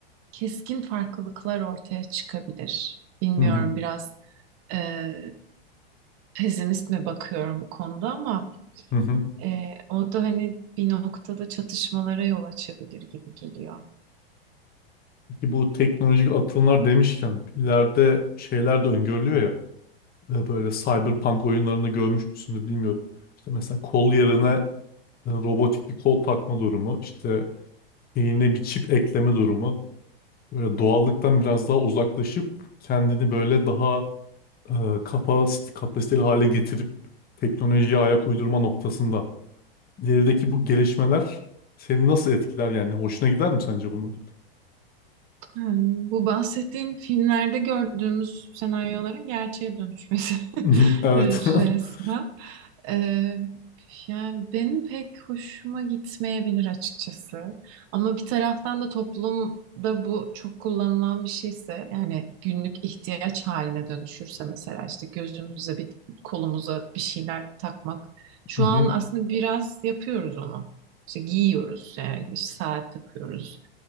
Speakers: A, on the right; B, on the left.
A: keskin farklılıklar ortaya çıkabilir. Bilmiyorum
B: Hı hı.
A: biraz e, pesimist mi bakıyorum bu konuda ama
B: Hı hı.
A: e, o da hani bir noktada çatışmalara yol açabilir gibi geliyor.
B: Ki Bu teknolojik atılımlar demişken ileride şeyler de öngörülüyor ya e, böyle cyberpunk oyunlarında görmüş müsündür bilmiyorum. İşte mesela kol yerine e, robotik bir kol takma durumu, işte beynine bir çip ekleme durumu. Böyle doğallıktan biraz daha uzaklaşıp kendini böyle daha e, kapas kapasiteli hale getirip teknolojiye ayak uydurma noktasında. İlerideki bu gelişmeler seni nasıl etkiler yani? Hoşuna gider mi sence bunlar?
A: Ha, bu bahsettiğin filmlerde gördüğümüz senaryoların gerçeğe dönüşmesi
B: <clears throat>
A: <laughs>
B: <laughs> Evet.
A: resmen.
B: <laughs>
A: Ee, yani benim pek hoşuma gitmeyebilir açıkçası. Ama bir taraftan da toplumda bu çok kullanılan bir şeyse yani günlük ihtiyaç haline dönüşürse mesela işte gözümüze bir kolumuza bir şeyler takmak. Şu
B: Hı hı.
A: an aslında biraz yapıyoruz onu. İşte giyiyoruz yani işte saat takıyoruz.